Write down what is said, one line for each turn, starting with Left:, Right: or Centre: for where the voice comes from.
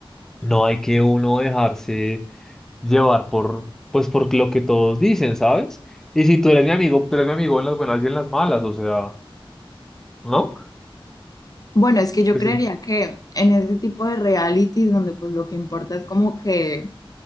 Centre: No hay que uno dejarse llevar por, pues, por lo que todos dicen, ¿sabes? Y si tú eres mi amigo, tú eres mi amigo en las buenas y en las malas, o sea, ¿no?
Left: Bueno, es que yo
Centre: Pues
Left: creería
Centre: sí.
Left: que en ese tipo de realities donde pues lo que importa es como que